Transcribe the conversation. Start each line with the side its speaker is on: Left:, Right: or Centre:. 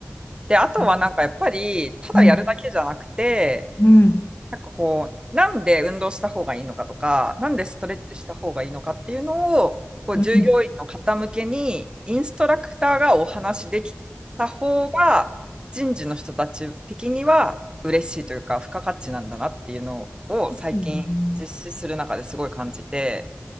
Right: で、あとはなんかやっぱり、
Left: い。
Right: ただやるだけじゃなくて、
Left: うん。うん。
Right: なんかこう、なんで運動した方がいいのかとか、なんでストレッチした方がいいのかっていうのを、こう従業員の方向けにインストラクターがお話できた方が、
Left: うん。
Right: 人事の人たち的には嬉しいというか、付加価値なんだなっていうのを最近実施する中ですごい感じて、
Left: うん。